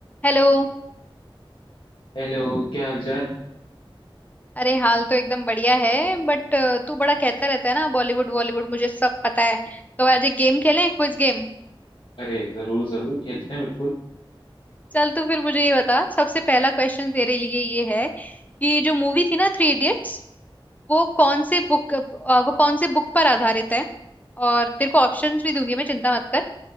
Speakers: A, on the left (about 15°); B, on the left (about 60°).
A: Hello
B: हेलो क्या हालचाल
A: अरे हाल तो एकदम बढ़िया है बट तू बड़ा कहता रहता है ना बॉलीवुड बॉलीवुड मुझे सब पता है तो आज एक गेम खेलें क्विज गेम
B: अरे जरूर जरूर खेलते हैं बिल्कुल
A: चल तू फिर मुझे ये बता सबसे पहला क्वेश्चन तेरे लिए ये है कि जो मूवी थी ना थ्री इडियट्स वो कौन से बुक वो कौन से बुक पर आधारित है और तेरे को ऑप्शंस भी दूंगी मैं चिंता मत कर